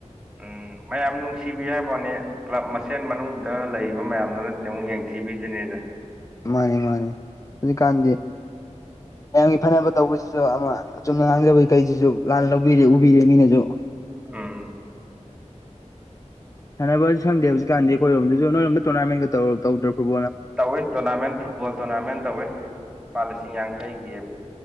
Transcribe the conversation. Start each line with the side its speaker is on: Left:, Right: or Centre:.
Centre: ꯎꯝ ꯃꯌꯥꯝ ꯅꯨꯡꯁꯤꯕꯤ ꯍꯥꯏꯕꯅꯤ ꯀ꯭ꯂꯕ ꯃꯁꯦꯟ ꯃꯅꯨꯡꯗ ꯂꯩꯔꯤꯕ ꯃꯌꯥꯝꯗꯨꯅꯗꯤ ꯑꯃꯨꯛ ꯌꯦꯡꯊꯤꯕꯤꯗꯣꯏꯅꯦꯗ
Left: ꯃꯥꯅꯤ ꯃꯥꯅꯦ ꯍꯧꯖꯤꯛꯀꯥꯟꯗꯤ ꯃꯌꯥꯝꯒꯤ ꯐꯅꯕ ꯇꯧꯕꯁꯤꯁꯨ ꯑꯃ ꯑ ꯆꯨꯝꯅ ꯉꯥꯡꯖꯕꯩ ꯀꯩꯁꯤꯁꯨ ꯂꯥꯟꯅ ꯂꯧꯕꯤꯔꯦ ꯎꯕꯤꯔꯦ ꯃꯤꯅꯁꯨ
Centre: ꯎꯝ
Left: ꯁꯥꯟꯅꯕ ꯁꯪꯗꯦ ꯍꯧꯖꯤꯛꯀꯥꯟꯗꯤ ꯑꯩꯈꯣꯏꯔꯣꯝꯗꯁꯨ ꯅꯣꯏꯔꯣꯝꯗ ꯇꯣꯔꯅꯥꯃꯦꯟꯒ ꯇꯧꯔ ꯇꯧꯗ꯭ꯔ ꯐ
Centre: ꯇꯧꯋꯤ ꯇꯣꯔꯅꯥꯃꯦꯟ ꯐꯨꯠꯕꯣꯜ ꯇꯣꯔꯅꯥꯃꯦꯟ ꯇꯧꯋꯤ ꯂꯨꯄꯥ ꯂꯤꯁꯤꯡ ꯌꯥꯡꯈꯩꯒꯤ